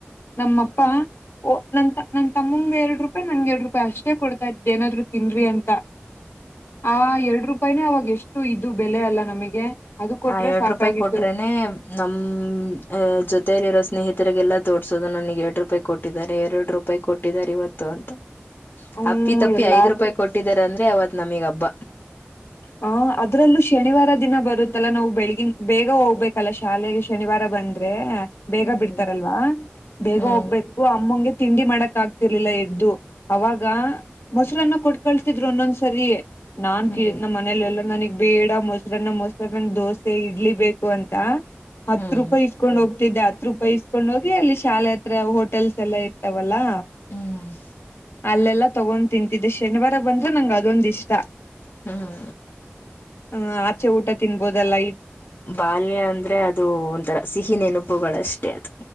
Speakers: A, on the left (about 70°); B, on the left (about 50°).
A: ನಮ್ಮಪ್ಪ. ಓ ನನ್ನ ನನ್ ತಮ್ಮಂಗ ಎರಡ್ ರೂಪಾಯಿ ನಂಗ ಎರಡ ರೂಪಾಯಿ ಅಷ್ಟೇ ಕೊಡ್ತಾ ಇದ್ದ ಏನಾದ್ರು ತಿನ್ನರಿ ಅಂತ. ಆ ಎರಡು ರೂಪಾಯಿನೇ ಅವಾಗ ಎಷ್ಟು ಇದು ಬೆಲೆ ಅಲ್ಲ ನಮಗೆ. ಅದು ಕೊಟ್ರೆ
B: ಆ ಎರಡ
A: ಸಾಕಾಗಿತ್ತು
B: ರೂಪಾಯಿ ಕೊಟ್ರೇನೆ. ನಮ್ಮ ಜೊತಲಿರೋ ಸ್ನೇಹಿತರಿಗೆಲ್ಲಾ ತೋರ್ಸೋದು ನನಗೆ ಎರಡು ರೂಪಾಯಿ ಕೊಟ್ಟಿದ್ದಾರೆ ಎರಡು ರೂಪಾಯಿ ಕೊಟ್ಟ. ಟ್ಟಿದ್ದಾರೆ ಇವರ. ಅಂತತೆ
A: ಹ್ಮ್
B: ಅಪ್ಪಿ ತಪ್ಪಿ
A: ಎಲ್ಲಾದ್ರೂ
B: ಐದ ರೂಪಾಯಿ ಕೊಟ್ಟಿದಾರೆ ಅಂದ್ರೆ ಅವತ ನಮಗ ಹಬ್ಬ.
A: ಹ ಅದ್ರಲ್ಲೂ ಶನಿವಾರ ದಿನ ಬರುತ್ತಲ್ಲಾ ನಾವು ಬೆಳಿಗನ್ ಬೇಗ ಹೋಗ್ಬೇಕಲ್ಲ ಶಾಲೆಯಲ್ಲಿ. ಶನಿವಾರ ಬಂದ್ರೆ ಬೇಗ
B: ಹ್ಮ್
A: ಬಿಡ್ತಾರಲ್ವಾ ಬೇಗ
B: ಹ್ಮ್
A: ಹೋಗ್ಬೇಕು ಅಮ್ಮಂಗೆ ತಿಂಡಿ ಮಾಡಕ್ ಆಗ್ತಿರ್ಲಿಲ್ಲ ಎದ್ದು. ಅವಾಗ ಮೊಸರನ್ನ ಕೊಟ್ಟ ಕಳಸತಿದ್ರು ಒಂದೊಂದು ಸರಿ ನಾನ
B: ಹ್ಮ್
A: ಮನೇಲೆೆಲ್ಲಾ ನನಗ್ ಬೇಡ ಮೊಸರನ್ನ ಮೊಸರ ನನ್ ದೋಸೆ ಇಡ್ಲಿ ಬೇಕು ಅಂತ. ಹತ್ತು
B: ಹ್ಮ್
A: ರೂಪಾಯಿ ಇಸ ಇಸಕೊಂಡ್ ಹೋಗ್ತಿದ್ದೆ ಹತ್ರ ರೂಪಾಯಿಸ್ಕೊಂಡ್ ಹೋಗಿ ಅಲ್ಲಿ ಶಾಲೆ ಹತ್ರ ಹೋಟೆಲ್ಸ್ ಎಲ್ಲಾ ಇರ್ತವಲ್ಲಾ.
B: ಹ್ಮ್
A: ಅಲ್ಲೆಲ್ಲ ತಗೊಂಡ ತಿಂತಿದ್ದೆ ಶನಿವಾರ ಬಂದ್ರೆ ನಂಗ ಅದೊಂದ ಇಷ್ಟ.
B: ಹಮ್ ಹ.
A: ಹ್ಮ ಆಚೆ ಊಟ ತಿನ್ಬೋದಲ್ಲಾ.
B: ಬಾಲ್ಯ ಅಂದ್ರೆ ಅದು ಒಂಥರ ಸಿಹಿ ನೆನಪುಗಳಷ್ಟೇ ಅದು.